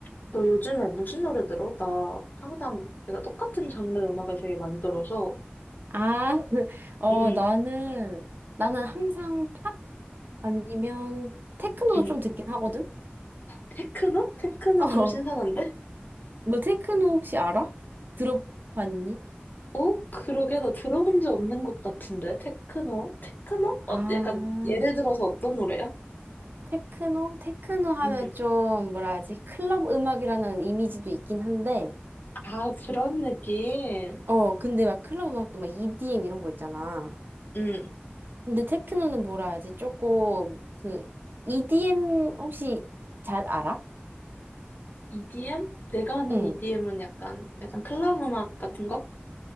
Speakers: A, on the left; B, on the right.
A: 너 요즘에 무슨 노래 들어? 나 항상 내가 똑같은 장르 음악을 되게 많이 들어서.
B: 아, <laughs> 어,
A: 응,
B: 나는, 나는 항상 팝 아니면 테크노도
A: 응.
B: 좀 듣긴 하거든?
A: 테크노? 테크노
B: <laughs> 어,
A: 좀 신선한데?
B: 너 테크노 혹시 알아? 들어봤니?
A: 어? 그러게 나 들어본 적 없는 것 같은데? 테크노? 테크노?
B: 아,
A: 어, 약간 예를 들어서 어떤 노래야?
B: 테크노? 테크노 하면
A: 응.
B: 좀, 뭐라 하지? 클럽 음악이라는 이미지도 있긴 한데,
A: 아, 그런 느낌.
B: 어, 근데 막 클럽 음악도 막 EDM 이런 거 있잖아.
A: 응.
B: 근데 테크노는 뭐라 하지? 조금, 그, EDM 혹시 잘 알아?
A: EDM? 내가 아는
B: 응.
A: EDM은 약간, 약간 클럽 음악 같은 거?